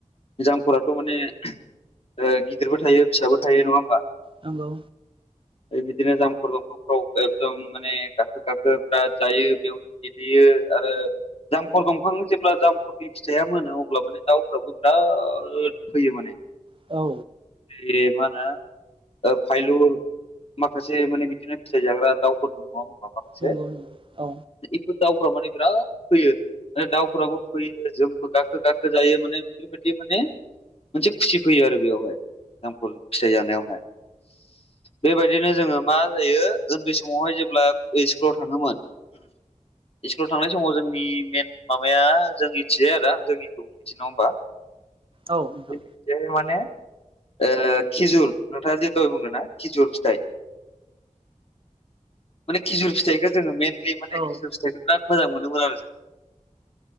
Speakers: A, on the left; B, on the right.
A: जामखरफोराथ' माने ओ गिदिरबो थायो फिसाबो थायो नङा होमबा?
B: नोंगौ।
A: बिदिनो जामखर दंफांफ्राव एकदम माने गाखो गाखो बिराद जायो बेयावनो। गेलेयो आरो जामखर दंफाङ जेब्ला जामखरनि। फिथाइया मोनो अब्ला माने दाउफ्राबो बिराद फैयो माने।
B: औ
A: बे माहोनो फाइलु। माखासे माने बिदिनो फिथाइ जाग्रा दाउफोर दङ <unintelligible> माखासे
B: नंगौ औ
A: <unintelligible> दाउफोरा माने बिराद फैयो माने दाउफोराबो फैयो जोंबो गाखो गाखो जायो माने बेबायदि माने मोनसे खुसि फैयो आरो बेयावहाय जामखल फिथाइ जानायावहाय। बेबायदिनो जोङो मा जायो उन्दै समावहाय जेब्ला ओ स्कुलाव थाङोमोन। इस्कुलाव थांनाय समाव जोंनि मेन माबाया जों मिथिबाय आरो जोंनिखौ <unintelligible> नङा होमबा?
B: औ नोंथां
A: <unintelligible> माने ओ खिजुर नोंथाङा जे दहाय बुंदों ना खिजुर फिथाइ। माने खिजुर फिथाइखौ जोङो मइेनलि माने
B: औ
A: खिजुर फिथाइखौ बिराद मोजां मोनोमोन आरो जों।